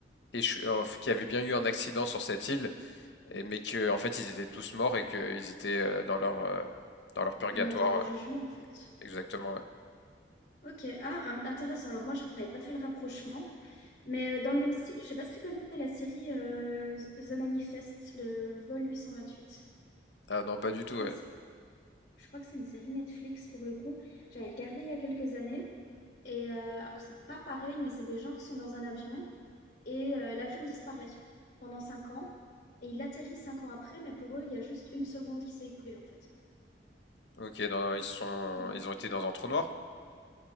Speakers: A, on the left; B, on the left.
A: échou- euh, qui avaient bien eu un accident sur cette île, et, mais que en fait ils étaient tous morts et qu'ils étaient euh, dans leur euh, dans leur purgatoire.
B: en attente de jugement
A: ouais.
B: en fait.
A: Exactement. ouais.
B: Ok, ah, in- intéressant. Alors moi, j'avais pas fait le rapprochement. Mais euh, dans le même style, je sais pas si tu connais la série euh, The Manifest, le vol 828.
A: Ah non, pas du tout.
B: Je crois
A: ouais.
B: que c'est, je crois que c'est une série Netflix pour le coup. J'avais regardé il y a quelques années. Et euh, alors c'est pas pareil, mais c'est des gens qui sont dans un avion et euh, l'avion disparaît pendant cinq ans et il atterrit cinq ans après, mais pour eux il y a juste une seconde qui s'est écoulée en fait.
A: Ok, dans- ils sont,
B: Donc
A: ils ont été dans un trou noir.